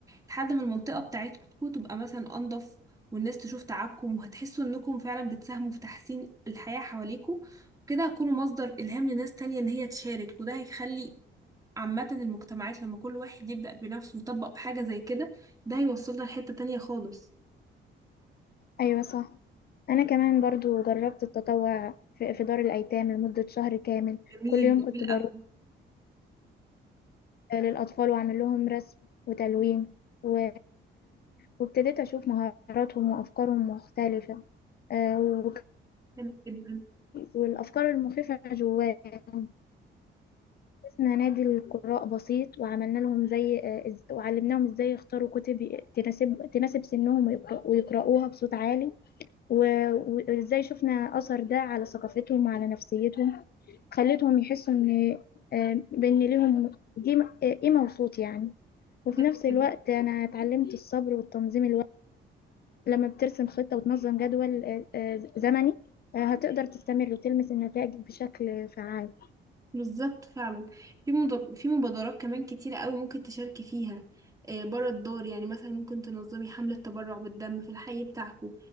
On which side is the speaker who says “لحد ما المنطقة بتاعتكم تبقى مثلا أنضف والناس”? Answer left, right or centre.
Right